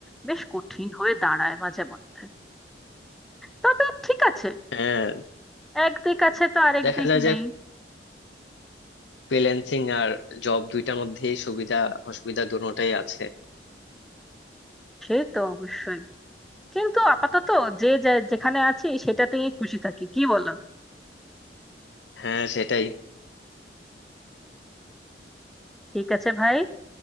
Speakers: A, in the centre; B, on the left.
A: বেশ কঠিন হয়ে দাঁড়ায় মাঝে মধ্যে তবে ঠিক আছে
B: হ্যাঁ
A: এক দিক আছে তো আরেক
B: দেখা
A: দিক
B: যায় যে
A: নেই
B: ফ্রিল্যান্সিং আর জব দুইটার মধ্যে সুবিধা অসুবিধা দুটোটাই আছে
A: সে তো অবশ্যই কিন্তু আপাতত যে যে- যেখানে আছি সেটাতেই খুশি থাকি কি বলো
B: হ্যাঁ সেটাই
A: ঠিক আছে ভাই